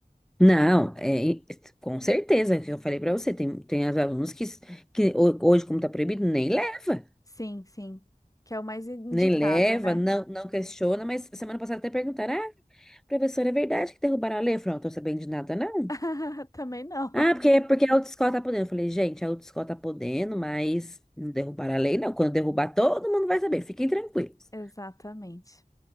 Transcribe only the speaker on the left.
Sim, sim. Que é o mais indicado,
né?
<laughs> Também não.
Exatamente.